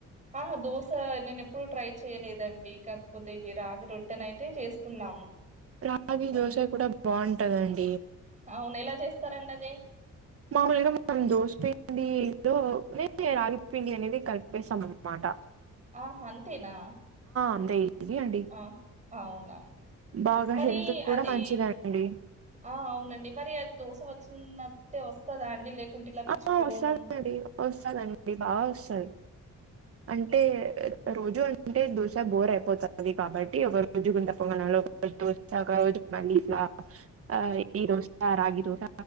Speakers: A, on the right; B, on the right.
A: అహా దోస నేన్ ఎప్పుడు ట్రై చేయలేదండి కాకపోతే ఇది రాగి రొట్టెనైతే చేస్తున్నాము.
B: రాగి
A: హ్మ్.
B: దోశ కుడ బాగుంటదండి.
A: అవును. ఎలా జేస్తారండి అది?
B: మాముల్గా మనం దోస పిండిలో అనేది రాగి పిండి అనేది కలిపేసమన్నమాట.
A: ఆహ అంతేనా
B: అంతే ఈజీ అండి
A: అ అవునా
B: బాగా
A: మరీ
B: హెల్త్ కూడా
A: అదీ
B: మంచిదండి
A: ఆ అవునండి మరి అది దోస పోస్కున్నట్టే వస్తదా అండి డి లేక్ కుంటిల విచ్చిపోవడం
B: ఆ వస్తదండి వస్తదండి బాగా వస్తది అంటే? రోజు అంటే దోశ బోర్ అయిపోతాది కాబట్టి ఒక రోజు గుంత పొంగనాలు ఒక రోజు దోస ఒక రోజు చెప్పండి ఇట్లా ఆ ఈ రోజు రాగి దోశ